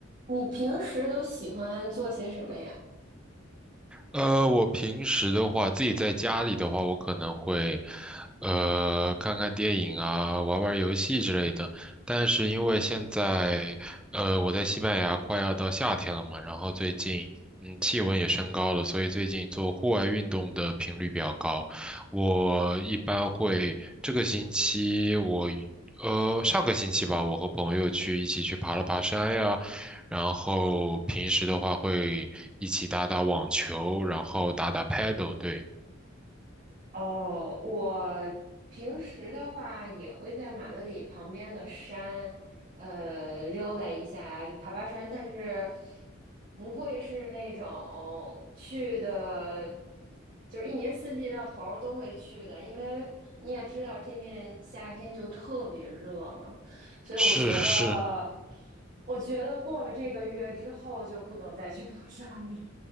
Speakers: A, on the right; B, in the centre.
A: 你平时都喜欢做些什么呀？
B: 呃，我平时的话，自己在家里的话，我可能会，呃，看看电影啊，玩玩游戏之类的。但是因为现在，呃，我在西班牙快要到夏天了嘛，然后最近，嗯，气温也升高了，所以最近做户外运动的频率比较高。我一般会这个星期我，呃，上个星期吧，我和朋友去一起去爬了爬山呀。然后平时的话会一起打打网球，然后打打 paddle，对，
A: 哦，我平时的话也会在马德里旁边的山，呃，溜达一下呀，就爬爬山，但是不会是那种去的，就是一年四季到头儿都会去的，因为你也知道这面夏天就特别热嘛，所以我觉得，
B: 是是，
A: 我觉得过了这个月之后就不能再去爬山了。